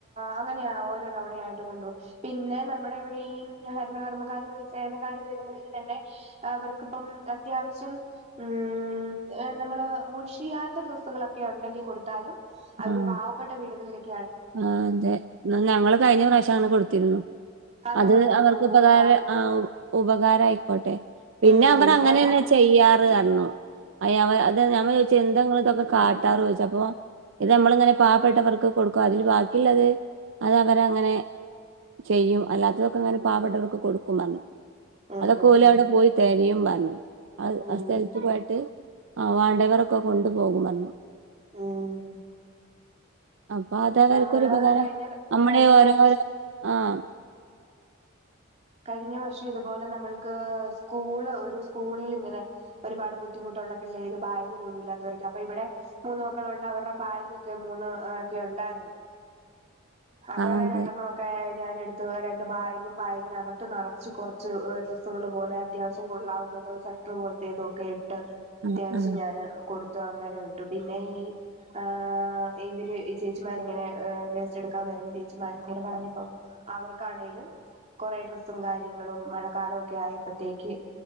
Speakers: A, on the right; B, on the right.
A: അങ്ങനെയാ ഓരോ തവണയായിട്ട് കൊണ്ടുപോ പിന്നെ നമ്മുടിവിട ഈ ഹരതകർമ്മക്കാര് വ്യസേനക്കാര് വരുന്നവര് തന്നെ അവർക്കിപ്പം അത്യാവശ്യം ഉം <unintelligible> നമ്മള് മുഷിയാത്ത ഡ്രസ്സുകളൊക്കെ ഒണ്ടെങ്കിൽ കൊടുത്താലും അവര്
B: ആഹ്.
A: പാവപ്പെട്ട വീടുകളിലെക്ക്
B: ആഹ് അതേ ഞങ്ങള് കഴിഞ്ഞ പ്രാവശ്യം അങ്ങന കൊടുത്തിരുന്നു. അത്
A: നമ്മള് കൊടുത്തു
B: അവർക്കുപകാര
A: മൂന്ന് ബാഗും
B: അഹ് ഉപകാരയിക്കോട്ടെ. പിന്നെ
A: ഉം
B: അവർ അങ്ങനെന്നെ
A: കൊറോണ
B: ചെയ്യാറ് അന്നും അയ അവർ അതേ ഞമ്മൾ ചോദിച്ച് എന്താനിങ്ങളിതൊക്കെ കാട്ടാറ് ചോദിച്ചപ്പൊ ഇത് നമ്മളിങ്ങനെ പാവപ്പെട്ടവർക്ക് കൊടുക്കും അതിൽ ബാക്കിയുള്ളത് അത് അവരങ്ങനെ ചെയ്യും അല്ലാത്തതൊക്കിങ്ങനെ പാവപ്പെട്ടോർക്കു കൊടുക്കും പറഞ്ഞ്.
A: ഉം
B: അതൊക്കെ
A: ഉം
B: ഓലവിടെ
A: ഉം
B: പോയി തെരയും പറഞ്ഞ് ആ
A: ഉം
B: ആ സ്ഥലത്ത് പോയാട്ട് ആ വാണ്ടിയവരൊക്ക കൊണ്ടു പോകും പറഞ്ഞു.
A: ഉം
B: അപ്പ അതാണവർക്കൊരു
A: നമ്മള്
B: ഉപകാരം
A: കഴിഞ്ഞ
B: നമ്മുടെ
A: കഴിഞ്ഞ
B: ഈ ഓരോരോ
A: പ്രാവശ്യം
B: ആഹ്
A: കഴിഞ്ഞ വർഷം ഇതുപോലെ നമ്മൾക്ക് സ്കൂള് ഒരു സ്കൂളിലിങ്ങനെ ഒരുപാട് ബുദ്ധിമുട്ടൊള്ള പിള്ളേര് ബാഗ് പോലും ഇല്ലാത്തോരൊക്കെ അപ്പ യിവടെ മൂന്ന് മക്കളുണ്ട് അവരുടെ ബാഗൊക്കെ മൂന്ന് ഒക്കെ ഒണ്ടായിർന്ന്. അത്
B: ആഹ് അതെ
A: രണ്ടെണ്ണം ഒക്കെ ഞാനെടുത്തു രണ്ടു ബാഗും ബാഗിനകത് ത്ത് നെറച്ച് കൊറച്ച് ഡ്രസ്സുകളുപോലെ അത്യാവശ്യം കൊള്ളാവുന്നതും സെട്രു പോലത്തേതും ഒക്കെ ഇട്ട് അത്യാവിശ്യം
B: ആഹ് ആഹ്
A: ഞാന് കൊടുത്തു അങ്ങനെ വിട്ടു പിന്നെ ഈ ആ ഇവര് ഈ ചേച്ചിമാരിങ്ങനെ വേസ്റ്റ് എടുക്കാൻ വരുന്ന ചേച്ചിമാരിങ്ങനെ പറഞ്ഞപ്പോ അവർക്കാണേലും കൊറെേ ഡ്രസ്സും കാര്യങ്ങളും മഴക്കാലൊവൊക്കെ ആയപ്പത്തേയ്ക്ക്